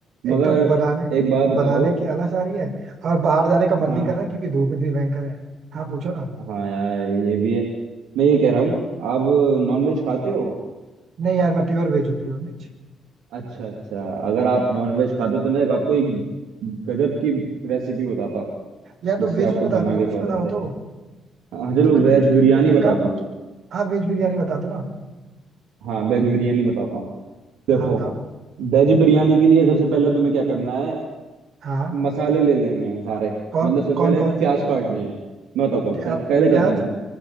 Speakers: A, on the right; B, on the right.
A: मगर
B: एक तो बनाने
A: एक बात बताओ
B: बनाने की आलस आ रही है और बाहर जाने का मन
A: हाँ
B: नहीं कर रहा क्योंकि धूप इतनी भयंकर है हाँ पूछो ना
A: हाँ यार ये भी है मैं ये कह रहा हूँ आप नॉनवेज खाते हो
B: नहीं यार मैं प्योर वेज हूँ प्योर वेज
A: अच्छा अच्छा अगर आप नॉनवेज खाते हो तो मैं एक आपको एक गजब की रेसिपी बताता हूँ
B: या
A: जिससे
B: तो वेज
A: आपको
B: में बता
A: बना
B: दो ना
A: के
B: कुछ
A: खा
B: पता
A: लेते
B: हो
A: हैं
B: तो
A: हाँ चलो
B: तुम एक
A: वेज
B: एक-
A: बिरयानी
B: एक- एक- एक
A: बताता
B: काम करो
A: हूँ
B: तुम हाँ वेज बिरयानी बता दो ना
A: हाँ वेज बिरयानी बताता हूँ देखो
B: हाँ बताओ
A: वेज बिरयानी के लिए सबसे पहले तुम्हें क्या करना है
B: हाँ
A: मसाले ले लेने हैं सारे
B: कौन
A: मतलब सबसे
B: कौन
A: पहले
B: कौन
A: प्याज
B: से
A: काटनी है मैं बताता हूँ पह,
B: आप
A: पहले
B: प्याज
A: क्या करना है